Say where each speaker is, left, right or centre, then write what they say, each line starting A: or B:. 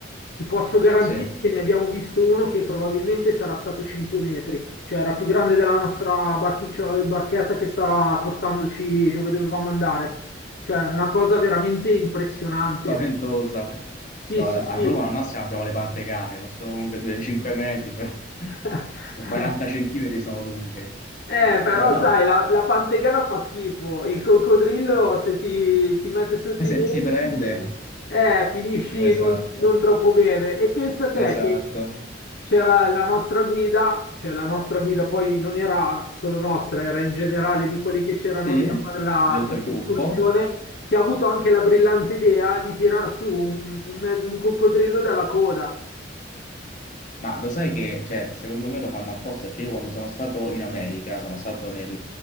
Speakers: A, on the left (about 60°); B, on the left (about 45°).
A: Ti posso garantire
B: sì.
A: che ne abbiamo visto uno che probabilmente sarà stato 5 metri, cioè era più grande della nostra barchiccio- barchetta che stava portandoci dove dovevamo andare. Cioè, una cosa veramente impressionante.
B: Spaventosa.
A: Sì,
B: No,
A: sì,
B: a
A: sì.
B: Roma al massimo abbiamo le pantegane, non sono lunghe 2-5 metri, però <laughs>
A: <laughs>
B: con 40 centimetri sono lunghe.
A: Eh,
B: Mazza,
A: però
B: beh, no,
A: sai, la, la pantegana fa schifo, il coccodrillo se ti, ti mette sotto
B: e se
A: i denti,
B: ti prende...
A: eh, finisci
B: Esatto,
A: non, non troppo bene. E pensa te
B: esatto.
A: che c'era la nostra guida, cioè la nostra guida poi non era solo nostra, era in generale di quelli che c'erano
B: Sì,
A: lì a fare la-
B: di tutto
A: questa
B: il gruppo.
A: escursione, che ha avuto anche la brillante idea di tirar su un, un me- un coccodrillo dalla coda.
B: Ma lo sai che, cioè, secondo me lo fanno apposta perché io quando sono stato in America, sono stato nel,